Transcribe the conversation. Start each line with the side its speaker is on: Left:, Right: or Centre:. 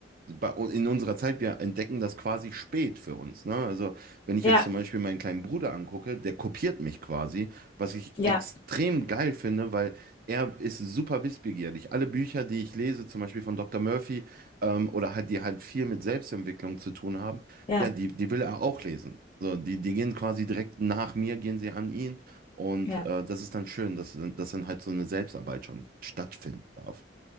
Right: bei, u- in unserer Zeit, wir entdecken das quasi spät für uns. Ne? Also wenn ich
Left: Ja,
Right: jetzt zum Beispiel meinen kleinen Bruder angucke, der kopiert mich quasi, was ich
Left: ja,
Right: extrem geil finde, weil er ist super wissbegierig. Alle Bücher, die ich lese, zum Beispiel von Dr. Murphy ähm, oder halt die halt viel mit Selbstentwicklung zu tun haben,
Left: ja,
Right: ja, die, die will er auch lesen. So, die, die gehen quasi direkt nach mir, gehen sie an ihn. Und
Left: ja.
Right: äh, das ist dann schön, dass, dass dann halt so eine Selbstarbeit schon stattfinden darf.